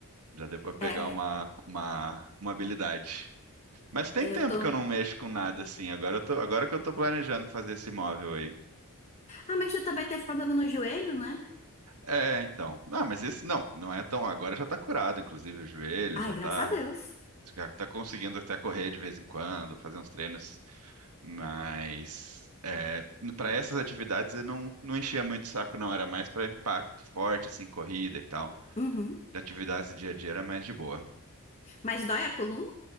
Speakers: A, on the right (about 85°); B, on the left (about 30°).
A: Já deu pra pegar
B: É,
A: uma, uma, uma habilidade. Mas tem
B: é,
A: tempo
B: eu tô.
A: que eu não mexo com nada assim. Agora eu tô, agora que eu tô planejando fazer esse móvel aí.
B: Ah, mas tu também teve problema no joelho, né?
A: É, então. Não, mas esse não, não é tão. Agora já tá curado, inclusive o joelho
B: Ai,
A: já
B: graças
A: tá,
B: a Deus.
A: já tá conseguindo até correr de vez em quando, fazer uns treinos Mas é, para essas atividades eu não, não enchia muito o saco, não. Era mais para impacto forte, assim, corrida e tal.
B: Uhum.
A: De Atividades do dia a dia era mais de boa.
B: Mas dói a coluna?